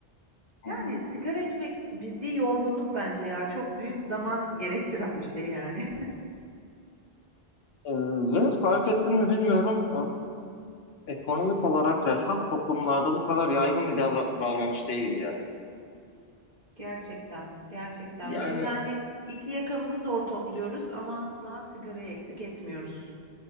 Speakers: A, on the left (about 75°); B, on the right (about 40°).
A: Hı
B: Yani
A: hı.
B: sigara içmek ciddi yorgunluk bence ya. Çok büyük zaman <laughs> gerektiren bir şey yani.
A: Ee, Ve fark ettin mi bilmiyorum. Ee, ekonomik olarak refah toplumlarda bu kadar yaygın bir davra- davranış değil ya.
B: <laughs> Gerçekten, gerçekten.
A: Yani
B: Biz yani iki yakamızı zor topluyoruz ama asla sigarayı eksik etmiyoruz.